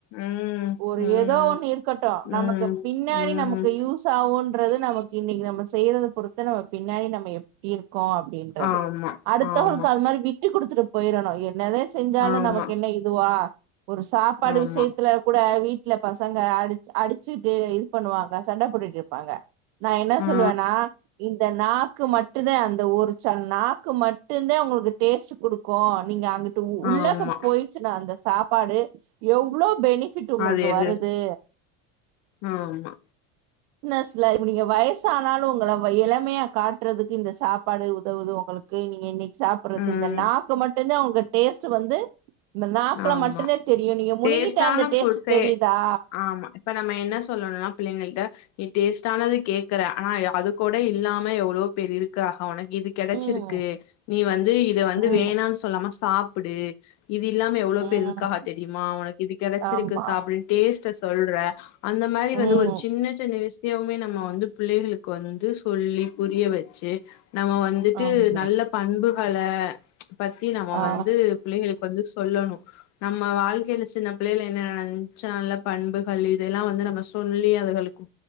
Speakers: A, on the left (about 50°); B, on the right (about 70°).
A: ம்
B: ஒரு
A: ம்
B: ஏதோ ஒண்ணு இருக் கட்டு நமக்கு
A: ம்
B: பின்னாடி
A: ம்
B: நமக்கு யூஸ் யூஸ் ஆகுன்றது நமக்கு இன்னைக்கி நம்ம செய்யறத பொறுத்து நம்ம பின்னாடி நம்ம எப்டி இருக் கோ அப்டின்றது
A: ஆமா
B: அடுத்தவங்களுக்கு
A: ஆமா
B: அது மாரி விட்டு குடுத்துட்டு போயிறணு என்னதே செஞ்சாலு
A: ஆமா
B: நமக்கு என்ன இதுவா ஒரு சாப்பாடு
A: ஆமா
B: விஷயத்துல கூட வீட் வீட்ல பசங்க அடி அடிச்சுட்டு இது பண்ணுவாங்க சண்டை போட்டுட்டு இருப்பாங்க நா என்ன
A: ஆ
B: சொல்லுவேன்னா இந்த நாக்கு மட்டு்ந்தா அந்த ஒரு சில நாக்கு மட்டுந்தா உங்களுக்கு டேஸ்ட் குடுக்கு நீங்க அங்க உள்ளாக்க
A: ஆமா
B: போயிர்ச்சுனா அந்த சாப்பாடு எவ்ளோ பெனிஃபிட் உங்களுக்கு
A: அது எது
B: வருது
A: ஆமா
B: பிட்னஸ்ல இப்ப நீங்க வயசு ஆனாலு உங்கள இளமையா காட்டுறதுக்கு இந்த சாப்பாடு உதவுது உங்களுக்கு நீங்க இன்னைக் சாப்புட்றது
A: ம்
B: இந்த நாக்கு மட்டுந்தா உங்க டேஸ்ட்டு வந்து இந்த நாக்குல
A: ஆமா
B: மட்டுந்தா தெரியு நீங்க முனுங்கிட்ட
A: டேஸ்டான
B: அந்த
A: ஃபுட்ஸே
B: டேஸ்ட்டு தெரியிதா
A: ஆமா இப்ப நம்ம என்ன சொல்லணுன்னா புள்ளைங்ககிட்ட நீ டேஸ்ட்டானது கேக்குற ஆனா அது கூட இல்லாம எவ்ளோ பேரு இருக்காக ஒனக் இது கெடச்சிருக்கு
B: ம்
A: நீ வந்து இத வந்து
B: ம்
A: வேணான் சொல்லாம சாப்புடு இது இல்லாம எவ்ளோ பேரு
B: ம்
A: இருங்காக தெரியுமா ஒனக் இது கெடச்சிர்க்கு
B: ஆமா
A: சாப்ட <unintelligible> டேஸ்ட்ட சொல்ற அந்த மாரி வந்து
B: ம்
A: ஒரு சின்ன சின்ன விஷ் சியோமே நம்ம வந்து புள்ளைகளுக்கு வந்து சொல்லி புரிய வெச்சு நம்ம வந் துட்டு
B: ஆமா
A: நல்ல பண்புகளா பத்தி நம்ம
B: ஆ
A: வந்து புள்ளைகளுக்கு வந்து சொல்லணு நம்ம வாழ்க்கையில சின்ன பிள்ளைல என்ன நடந்ச் நல்ல பண்புகள் இது எல்லா வந்து நம்ம சொல்லி அதுகளுக்கு